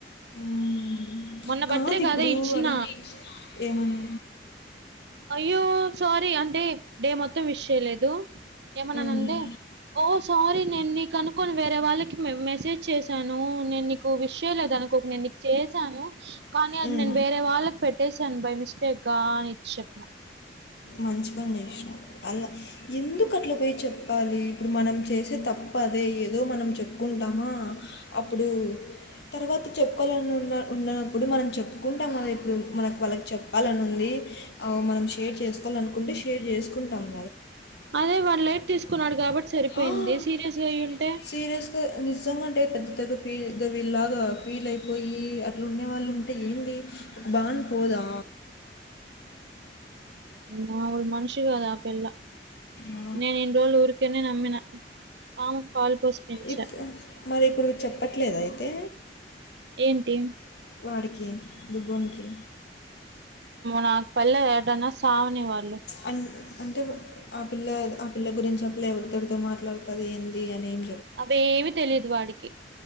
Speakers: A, on the left; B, on the right.
A: ఉమ్
B: మొన్న
A: కాదు
B: బర్త్డేకి
A: ఇప్పుడు
B: అదే ఇచ్చిన
A: అద ఏమన్నా
B: అయ్యో సారీ అంటే డే మొత్తం విస్ చేయలేదు ఏమనా
A: మ్మ్.
B: అంే ఓ సారీ నే నీ కను కొన్ని వేరే వాళ్ళకి మెసేజ్ చేశాను నేను నీకు విషయం లేదానికి ఒక నేను నీకు చేశాను కానీ అది
A: ఉమ్.
B: నేను వేరే వాళ్ళకి పెట్టేశాను బై మిస్టేక్ గా అని ఇచ్చి చెప్పిన
A: మంచి పని చేసినాం అలా ఎందుకు అట్లా పోచ చెప్పాలి ఇప్పుడు మనం చేసే తప్పు అదే ఏదో మనం చెప్పుకుంటామా అప్పుడు తర్వాత చెప్పుకోవాలని ఉన్న ఉన్నప్పుడు మనం చెప్పుకుంటాం కద ఇప్పుడు మనకు వాళ్ళకి చెప్పాలని ఉంది అవుమనం షేర్ చేసుకోవాలనుకుంటే షేర్ చేసుకుంటాము
B: అదే వాడు లైట్ తీసుకున్నాడు కాబట్టి సరిపోయింది
A: ఆ,
B: సీరియస్ గా అయి్య ఉంటే
A: సీరియస్‌గా నిజంగా అంటే పెద్ద త ఫీల్లాగా ఫీల్ అయిపోయి అట్లు ఉండే వాళ్ళు ఉంటే ఏంది ఒక బాగుని పోదా
B: నా మనిషిగాదా అపిల్లా
A: ఆ!
B: నేను ఇం రోజళు ఊరికేనే నమ్మిన పాముకి పాలు పోసి పెంచా.
A: ఇప్పు మరి ఇప్పుడు చెప్పట్లేద అయితే
B: ఏంటి
A: వాడికి దుబన్కి కి
B: నాకు పల్లె ఏటన్నా సావని వాళ్ళు
A: అన్ అంటే ఆ పిల్ల ఆ పిల్ల గురించి అప్పుల ఎవరితోరితో మాట్లాడుతుంది ఏంది అనిం
B: అవిఏమి తెలిదు వాడికి